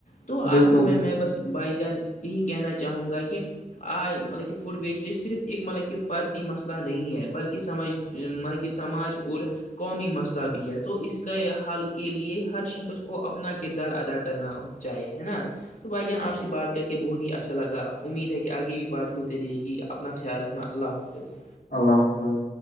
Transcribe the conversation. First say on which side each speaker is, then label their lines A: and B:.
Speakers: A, on the left (about 60°); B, on the left (about 80°).
A: تو آخر
B: بالکل
A: میں میں بس بھائی جان یہی کہنا چاہوں گا کہ آج مطلب کہ فوڈ ویسٹیج صرف ایک مطلب کہ فردی مسئلہ نہیں ہے بلکہ سمجھ مل کہ سماج اور قومی مسئلہ بھی ہے تو اس کے حال کے لیے ہر شخص کو اپنا کردار ادا کرنا ہو چاہ ہے نا <unintelligible> تو بھائی جان آپ سے بات کر کے بہت ہی اچھا لگا امید ہے کہ آگے بھی بات ہی ہوتی رہے گی اپنا خیال رکھنا اللہ حافظ
B: اللہ حافظ